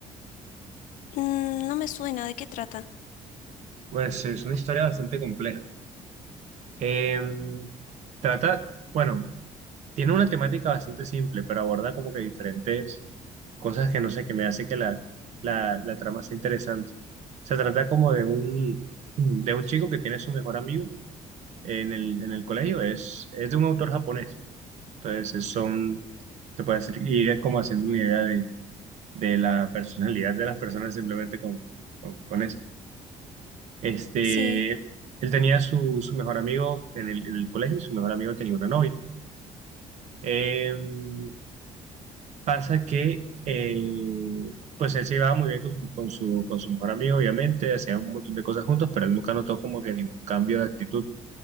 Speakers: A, on the left (about 80°); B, on the right (about 60°).
A: Mm, no me suena, ¿de qué trata?
B: Pues es una historia bastante compleja. Eh, trata, bueno, tiene una temática bastante simple, pero aborda como que diferentes cosas que no sé, que me hace que la, la, la trama sea interesante. Se trata como de un, de un chico que tiene su mejor amigo en el, en el colegio es, es de un autor japonés. Entonces, es- son, te puedes ir ir como haciendo una idea de, de la personalidad de las personas simplemente con, con, con eso. Este,
A: Sí,
B: él tenía su, su mejor amigo en el, en el colegio y su mejor amigo tenía una novia. Em, pasa que, eh, pues él se llevaba muy bien con su, con su, con su mejor amigo, obviamente, hacían un montón de cosas juntos, pero él nunca notó como que ningún cambio de actitud